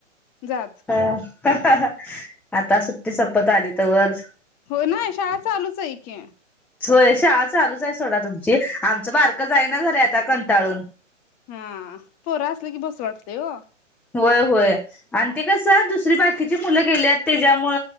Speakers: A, on the left; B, in the centre.
A: जा आत.
B: हा आता सुट्टी संपत आली तोवर
A: हो नाही शाळा चालूच आहे की
B: होय शाळा चालूच आहे सोडा तुमची आमचं बारकं जाईना झालय आता कंटाळून.
A: हा पोरं असलं की बसू वाटतेय हो
B: होय होय आणि ते कसं दुसरी बाकीची मुलं गेल्यात त्याच्यामूळ